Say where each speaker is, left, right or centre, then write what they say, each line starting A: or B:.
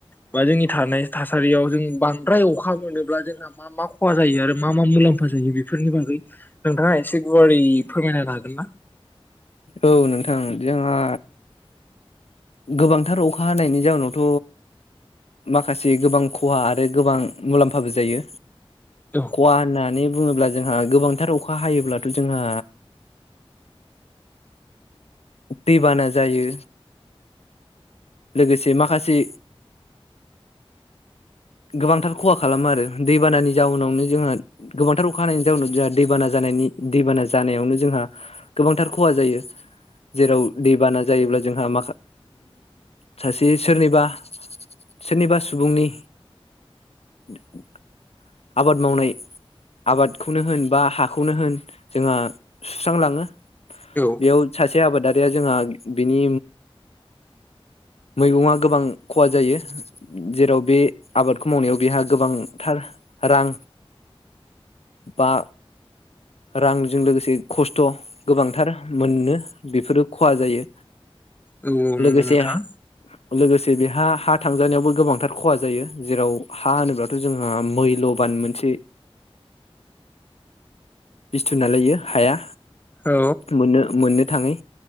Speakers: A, on the left; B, on the left.
A: बा जोंनि थानाय थासारियाव जों बांद्राय अखा मोनोब्ला जोंहा मा मा खहा जायो आरो मा मा मुलाम होफाजायो बे बेफोरनि बागै नोंथाङा एसे गुवारै फोरमायनो हागोन ना?
B: औ नोंथां जोंहा गोबांथार अखा हानायनि जाउनावथ' माखासे गोबां खहा आरो गोबां मुलाम्फाबो जायो।
A: औ
B: खहा होननानै बुङोब्ला जोंहा गोबांथार अखा हायोब्लाथ' जोंहा दैबाना जायो। लोगोसे माखासे गोबांथार खहा खालामो आरो दैबानानि जाउनावनो जोंहा गोबांथार अखा हानायनि जाउनाव जोंहा दैबाना जानायनि दैबाना जानायावनो जोंहा गोबांथार खहा जायो जेराव दैबाना जायोब्ला जोंहा माखा सासे सोरनिबा सोरनिबा सुबुंनि बि <unintelligible> आबाद मावनाय आबादखौनो होन बा हाखौनो होन जोंहा सुस्रांलाङो।
A: औ
B: बेयाव सासे आबादारि जोंहा बिनि मैगङा गोबां खहा जायो जेराव बे आबादखौ मावनायाव बेहा गोबांथार रां बा रांजों लोगोसे खस्थ' गोबांथार मोनो बेफोरो खहा जायो।
A: औ औ नंगौ
B: लोगोसे
A: नोंथां
B: लोगोसे बेहा हा थांजानायावबो गोबांथार खहा जायो जेराव हा होनोबथ' जोंहा मैल' गोबान मोनसे बस्थु नालाय हाया
A: औ
B: मोनो मोनो थाङै